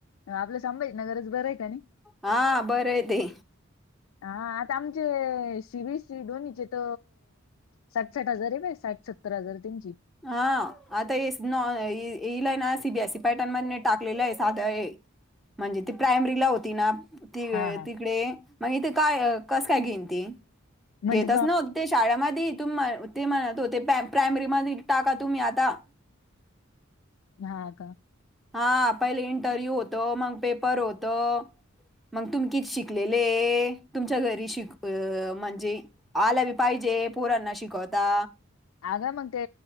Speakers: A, on the left (about 80°); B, in the centre.
A: आपलं सांभायच ना गरज बरं आहे का नाही.
B: हा बरं आहे ते
A: हा आता आमचे सी वसी दो्हीचे त. साठ साठ हजार आहे बा साठ सत्तर हजार त्यांची.
B: हा आता नॉ येलय ना सीबीएस सी पॅटर्न मध्ये टाकलेलं आहे साधं. म्हणजे ती प्रायमरीला होती ना. त
A: हा हा
B: तिकडे मग इथे काय कसं काय घेईन ती.
A: म्हणजे
B: घेतच न ते शाळेमध्ये त ते म्हणत हो प्रायमरीमध्ये. टाका तम्ही आता.
A: हा का?
B: हा... पहिले इंटरव्ह्यू होतो... मग पेपर होतं. मग तुम्ही किती शिकलेलेए... तुमच्या घरी शिक... अ... म्हणजे आलं बी पाहिजे... पोरांना शिकवता
A: अगं मग ते...